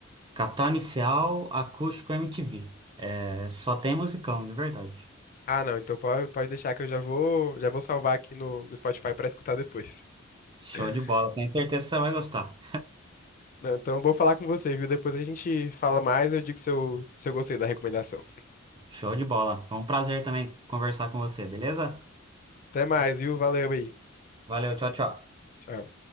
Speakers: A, on the right; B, on the left.
A: Capital Inicial, Acústico MTV. É, só tem musicão, de verdade.
B: Ah, não, então pode, pode deixar que eu já vou já vou salvar aqui no, no Spotify pra escutar depois.
A: Show
B: <laughs>
A: de bola, tenho certeza que você vai gostar.
B: Não, então vou falar com você, viu? Depois a gente fala mais, eu digo se eu, se eu gostei da recomendação.
A: Show de bola. Foi um prazer também conversar com você, beleza?
B: Até mais, viu? Valeu aí.
A: Valeu, tchau, tchau.
B: Tchau.